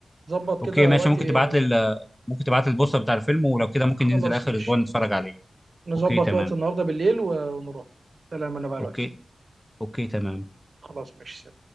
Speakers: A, on the right; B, in the centre.
A: ظبط
B: اوكي
A: كده
B: ماشي
A: وقتي
B: ممكن تبعت
A: آه،
B: لي ممكن تبعت لي البوستر بتاع الفيلم ولو كده ممكن
A: خلاص
B: ننزل اخر
A: ماشي
B: اسبوع نتفرج عليه
A: نظبط
B: اوكي تمام
A: وقت النهارده بالليل ونروح سلام انا بقى دلوقتي
B: اوكي اوكي تمام
A: خلاص ماشي